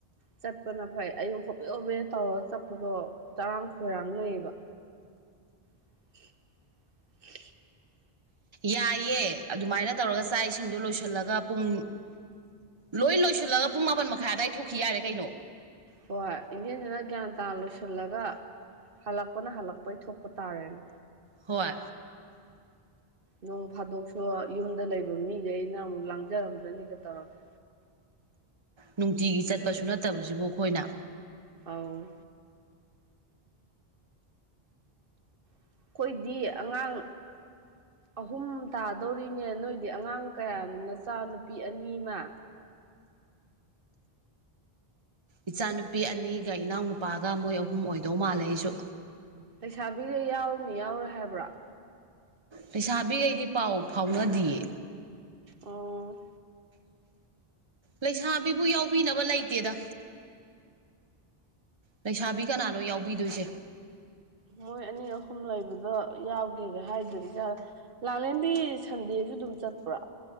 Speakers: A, on the right; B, on the right.
A: ꯆꯠꯄꯅ ꯐꯩ ꯑꯌꯨꯛ ꯍꯣꯕꯦ ꯍꯣꯕꯦ ꯇꯧꯔꯒ ꯆꯠꯄꯗꯣ ꯆꯔꯥꯡ ꯈꯣꯏꯔꯥꯡ ꯂꯩꯌꯦꯕ ꯎ ꯎ <unintelligible>
B: ꯌꯥꯏꯌꯦ ꯑꯗꯨꯃꯥꯏꯅ ꯇꯧꯔꯒ ꯆꯥꯛ ꯏꯁꯤꯡꯗꯣ ꯂꯣꯏꯁꯤꯜꯂꯒ ꯄꯨꯡ ꯂꯣꯏ ꯂꯣꯏꯁꯤꯜꯂꯒ ꯄꯨꯡ ꯃꯥꯄꯟ ꯃꯈꯥꯏ ꯑꯋꯥꯏ ꯊꯣꯛꯈꯤ ꯌꯥꯏꯔꯦ ꯀꯩꯅꯣ
A: ꯍꯣꯏ ꯏꯟꯅꯦꯦꯟꯗꯨꯅ ꯒ꯭ꯌꯥꯟ ꯇꯥ ꯂꯣꯏꯁꯤꯜꯂꯒ ꯍꯜꯂꯛꯄꯅ ꯍꯜꯂꯛꯄꯩ ꯊꯣꯛꯄ ꯇꯥꯔꯦꯅꯦ
B: ꯍꯣꯏ
A: ꯅꯣꯡ ꯐꯥꯗꯣꯛꯁꯨ ꯌꯨꯝꯗ ꯂꯩꯕ ꯃꯤꯈꯩꯅ ꯑꯃꯨꯛ ꯂꯥꯡꯖꯔꯝꯗ꯭ꯔꯅꯤꯒ ꯇꯧꯔꯒꯦ
B: ꯅꯨꯡꯇꯤꯒꯤ ꯆꯠꯄꯁꯨ ꯅꯠꯇꯕꯁꯤꯕꯨ ꯑꯩꯈꯣꯏꯅ
A: ꯑ ꯑꯩꯈꯣꯏꯗꯤ ꯑꯉꯥꯡ ꯑꯍꯨꯝ ꯇꯥꯗꯧꯔꯤꯅꯦ ꯅꯣꯏꯗꯤ ꯑꯉꯥꯡ ꯀꯌꯥꯅꯣ ꯅꯆꯥ ꯅꯨꯄꯤ ꯑꯅꯤꯃ
B: ꯏꯆꯥꯅꯨꯄꯤ ꯑꯅꯤꯒ ꯏꯅꯥꯎꯅꯨꯄꯥꯒ ꯃꯣꯏ ꯑꯍꯨꯝ ꯑꯣꯏꯗꯧ ꯃꯥꯜꯂꯦ ꯑꯩꯁꯨ
A: ꯂꯩꯩꯁꯥꯕꯤꯈ ꯌꯥꯎꯅꯤ ꯌꯥꯎꯔꯦ ꯍꯥꯏꯕ꯭ꯔꯥ
B: ꯂꯩꯩꯁꯥꯕꯤꯈꯩꯗꯤ ꯄꯥꯎ ꯐꯥꯎꯅꯗꯌꯦ
A: ꯑꯣ
B: ꯂꯩꯁꯥꯕꯤꯕꯨ ꯌꯥꯎꯕꯤꯅꯕ ꯂꯩꯇꯦꯗ ꯂꯩꯁꯥꯕꯤ ꯀꯅꯥꯅꯣ ꯌꯥꯎꯕꯤꯗꯣꯏꯁꯦ
A: ꯃꯣꯏ ꯑꯅꯤ ꯑꯍꯨꯝ ꯂꯩꯕꯗꯣ ꯌꯥꯎꯒꯦꯒ ꯍꯥꯏꯗꯗꯤ ꯌꯥꯔ ꯂꯥꯛꯂꯦꯝꯦꯝꯕꯤ ꯁꯟꯗꯦꯁꯨꯝ ꯂꯝꯣꯡꯆꯠꯄ꯭ꯔꯥ